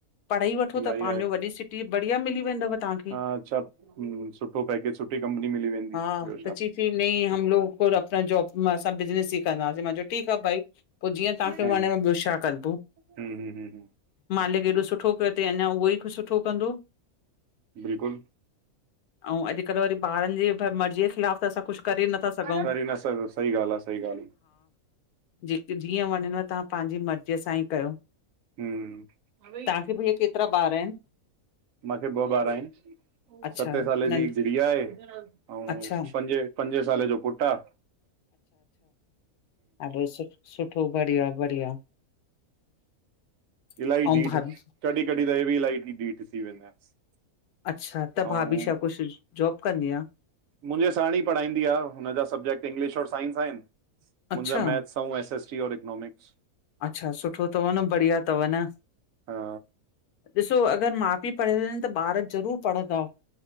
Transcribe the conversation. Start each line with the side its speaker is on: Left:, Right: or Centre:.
Left: पढ़ाई वठो
Right: इलाही
Left: त पांहा़जो
Right: आहे
Left: वॾी सिटी बढिया मिली वेंदव। तव्हांखे
Right: हा अ्च्छा सुठो पैकेज सुठी कंपनी मिली वेंदी
Left: हा
Right: ॿियो
Left: त
Right: छा।
Left: चई न हम लोग को अपना जॉब असां बिज़नस ई कंदासि, मां चयो ठीकु आ भाई। पो जीअं
Right: हम्म
Left: तहां खे
Right: हम्म
Left: वणे ॿियो छा कंदो।
Right: हम्म हम्म, हम्म,
Left: मालिक एॾो सुठो कयो तई अञा उहो ई सुठो कंदो।
Right: बिल्कुलु।
Left: अऊं अॼुकल्ह वरी ॿारनि जे मर्जी जे खिलाफ़ु असां कुझु करे नथा सघंऊं।
Right: सही न सही सही ॻाल्हि आहे सही ॻाल्हि
Left: जेके जीअं वणेव तहां पाहांजी मर्ज़ीअ सां ई कयो।
Right: हा,
Left: तव्हांखे भईया केतिरा ॿार आहिनि?
Right: मांखे ॿ ॿार आहिनि।
Left: अच्छा
Right: सते साले
Left: नंढ
Right: जी गुड़िया आहे ऐं
Left: अच्छा
Right: पंजे पंजे साले जो पुटु आ।
Left: हा भाई सुठो बढ़िया बढ़िया।
Right: इलाही
Left: ऐं
Right: डीठ,
Left: भाभी
Right: कॾहिं कॾी त इहे बि इलाही डीठ थी वेंदा आहिनि।
Left: अच्छा, त
Right: ऐं
Left: भाभी छा कुझु जॉब कंदी आ?
Right: मुंहिंजे साण ई पढ़ाईंदी आ हुनजा सब्जेक्ट इंग्लिश और साइंस आहिनि
Left: अच्छा
Right: मुंहिंजा मैथ्स एस एस टी और इकोनॉमिक्स।
Left: अच्छा सुठो अथव न, बढ़िया अथव न।
Right: हा
Left: ॾिसो अॻरि माउ पीउ पढ़ियल आहिनि त ॿार जरूरु पढ़ंदा।